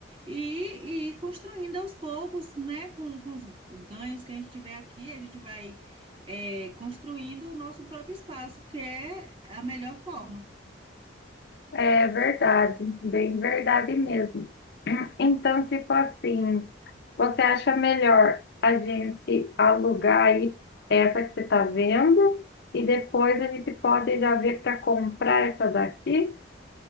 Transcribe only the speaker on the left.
É verdade, bem verdade mesmo. <clears throat> Então, tipo assim, você acha melhor a gente alugar aí essa que você está vendo e depois a gente pode já ver para comprar essa daqui?